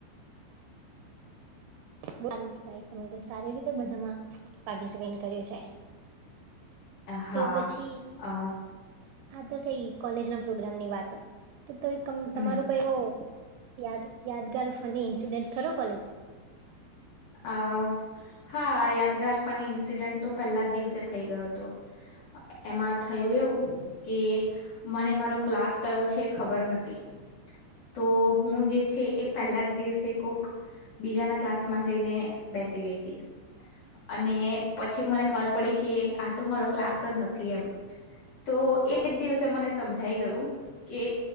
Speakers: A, on the right; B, on the left.
A: સારું કેવાય તમે તો સારી રીતે બધામાં પાર્ટિસિપેટ કર્યું છે
B: હા
A: તો પછી
B: અ
A: આ તો થઈ ગ કોલેજ ના પ્રોગ્રામ ની વાતો તો
B: હમ
A: તમારો કઈ યાદ યાદગાર ફને ઇન્સિડેન્ટ ખરો કોલેજ
B: આ હા યાદગાર ફની ઇન્સિડન્ટ તો પહેલા જ દિવસે થઈ ગયો હતો એમાં થયું એવું કે મને મારો ક્લાસ કયો છે ખબર નથી તો હું જે છે એ પહેલા દિવસે કોક બીજાના ક્લાસ માં જઈને બેસી ગઈ હતી. અને પછી મને ખબર પડી કે આ તો મારો ક્લાસ જ નથી એમ તો એજ દિવસે મને સમજાઈ ગયું કે